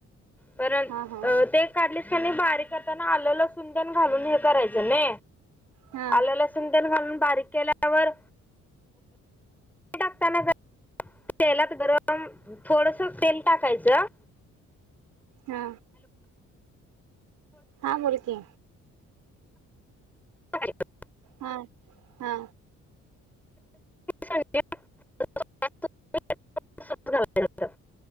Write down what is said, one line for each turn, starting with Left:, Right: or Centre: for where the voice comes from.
Centre: कारण
Right: हा हा
Centre: ते काढली नी बारीक आताना आलं लसूण तेन घालून हे करायचं न
Right: हा
Centre: आलं लसूण तेन घालून बारीक. केल्यावर टाकताना. तेलात गरम थोडस तेल टाकायचं.
Right: हा. हा बोल की,
Centre: काय <unintelligible>
Right: हा हा.
Centre: <unintelligible>